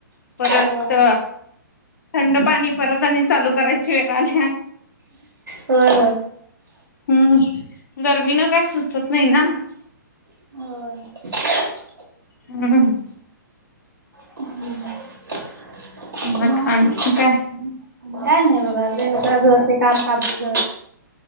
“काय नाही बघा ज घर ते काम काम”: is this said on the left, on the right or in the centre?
Right